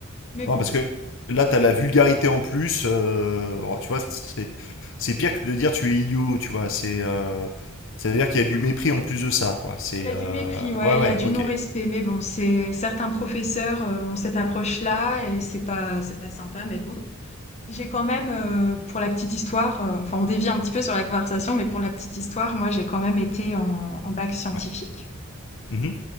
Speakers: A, on the left; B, on the left.
A: Mais
B: Non,
A: bon,
B: parce que là, t'as la vulgarité en plus. euh, oh, tu vois, c'est c'est pire que de dire tu es idiot, tu vois. C'est euh, c'est-à-dire qu'il y a du
A: Ouais,
B: mépris en plus de ça, quoi. C'est
A: il y a
B: euh,
A: du mépris, ouais,
B: ouais,
A: il
B: ouais,
A: y a du
B: ok.
A: non-respect, mais bon, c'est certains professeurs euh, ont cette approche-là et c'est pas, c'est pas sympa, mais bon. J'ai quand même, euh, pour la petite histoire, euh, enfin on dévie un petit peu sur la conversation, mais pour la petite histoire, moi j'ai quand même été en en bac scientifique.
B: Ouais. Mhm.